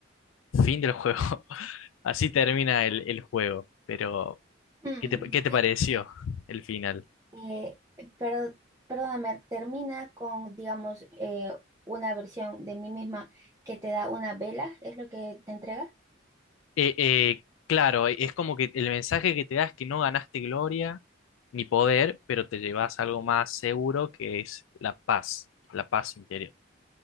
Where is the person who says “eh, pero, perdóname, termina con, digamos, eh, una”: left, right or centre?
Right